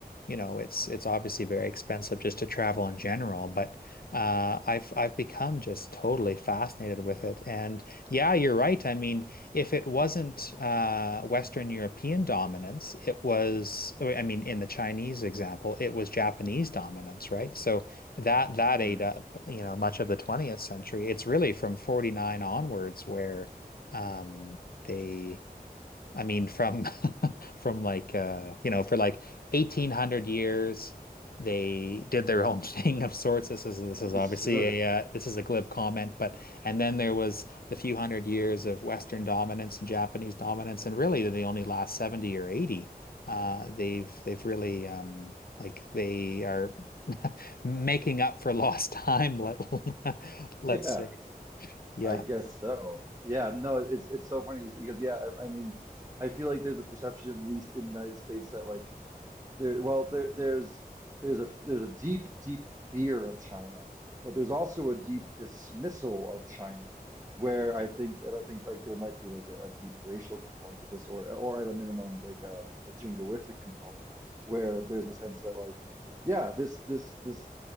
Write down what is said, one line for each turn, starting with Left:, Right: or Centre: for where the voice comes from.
Left: you know, it's it's obviously very expensive just to travel in general, but uh, I've I've become just totally fascinated with it. And yeah, you're right. I mean, if it wasn't uh, Western European dominance, it was, I mean, in the Chinese example, it was Japanese dominance, right? So that that
Right: Hmm.
Left: ate up, you know, much of the 20th century. It's really from 49 onwards where um, they I mean, from <laughs> from like uh, you know, for like 1800 years, they did their own <laughs> thing of sorts. This is this
Right: <laughs>
Left: is obviously
Right: sure.
Left: a uh, this is a glib comment, but and then there was the few hundred years of Western dominance and Japanese dominance, and really the only last 70 or 80, uh, they've they've really um, like they are <laughs> making up for lost time, let <laughs> let's
Right: Yeah,
Left: say. Yeah.
Right: I guess so. Yeah, no, it's it's so funny because because, yeah, I, I mean, I feel like there's a perception, at least in the United States, that like there, well, there, there's there's a there's a deep, deep fear of China, but there's also a deep dismissal of China, where I think and I think like there might be like a, a deep racial component to this, or or at a minimum like a, a jingoistic component, where there's a sense that like yeah, this this this